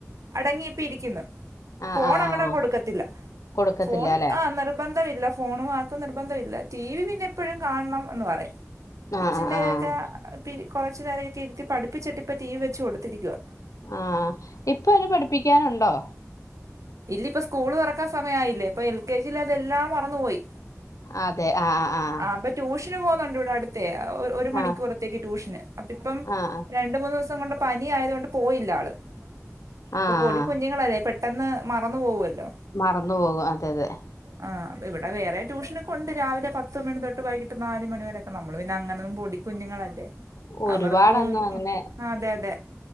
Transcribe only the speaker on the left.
ആഹ്
ആഹ്
കൊടുക്കത്തില്ല
അല്ലെ
ആഹ്
ആഹ്
ആഹ്
ആഹ് ഇപ്പോ ഏന് പഠിപ്പിക്കാനുണ്ടോ
അതെ ആഹ് ആഹ് ആഹ്
ആഹ്
ആഹ്
ആഹ്
മറന്ന് പോകും അതെ അതെ
ഒരുപാടന്നും
അങ്ങനെ